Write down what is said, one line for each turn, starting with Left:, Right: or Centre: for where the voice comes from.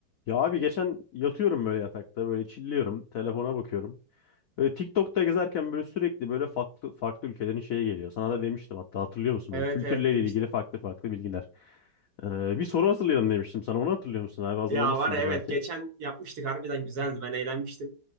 Left: Ya abi geçen yatıyorum böyle yatakta böyle chilliyorum telefona bakıyorum. Böyle TikTok'ta gezerken böyle sürekli böyle farklı farklı ülkelerin şeyi geliyor. Sana da demiştim hatta hatırlıyor musun
Right: Evet
Left: böyle kültürle
Right: evet demiştim.
Left: ilgili farklı farklı bilgiler. Ee, bir soru hazırlayalım demiştim sana onu hatırlıyor musun abi hazırlamışsındır
Right: Ya var ya, evet
Left: belki.
Right: geçen yapmıştık harbiden güzeldi ben eğlenmiştim.